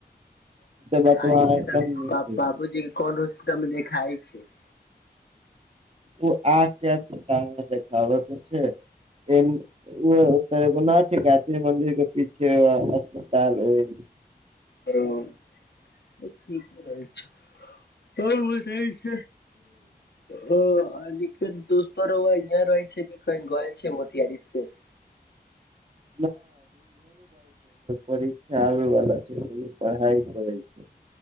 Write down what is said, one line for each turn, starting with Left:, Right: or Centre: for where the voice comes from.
Right: बतवा
Left: आय छै
Right: एकदम
Left: तऽ
Right: नीक छै।
Left: बाबूजी के कोन होस्टल मे देखाय छै। <unintelligible>
Right: ओ आ क देखावके छै। <unintelligible> ओ ओना छै गायत्री मम्मी के पीछे <unintelligible>
Left: हैलो की करय छी, हम <unintelligible> ह अ दोसतो रहै छै कि क गल छै मथियरि से। <unintelligible>
Right: <unintelligible> परीक्षा आवै वला छै त उ पढ़ाई करै छै।